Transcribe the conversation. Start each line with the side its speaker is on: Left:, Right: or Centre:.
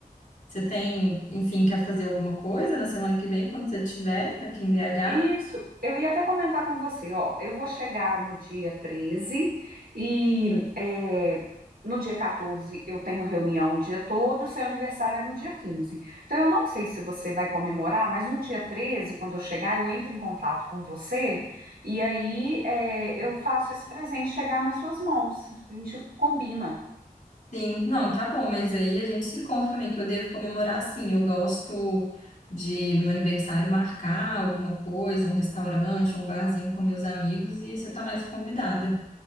Left: você tem, enfim, quer fazer alguma coisa na semana que vem, quando você estiver aqui em BH?
Right: Isso, eu ia até comentar com você, ó, eu vou chegar no dia 13 e é, no dia 14 eu tenho reunião o dia todo, seu aniversário é no dia 15. Então eu não sei se você vai comemorar, mas no dia 13, quando eu chegar, eu entro em contato com você e aí é, eu faço esse presente chegar nas suas mãos. A gente combina.
Left: Sim, não, tá bom, mas aí a gente se encontra também, que eu devo comemorar, sim. Eu gosto de, no meu aniversário, marcar alguma coisa, um restaurante, um barzinho com meus amigos, e você tá mais convidada.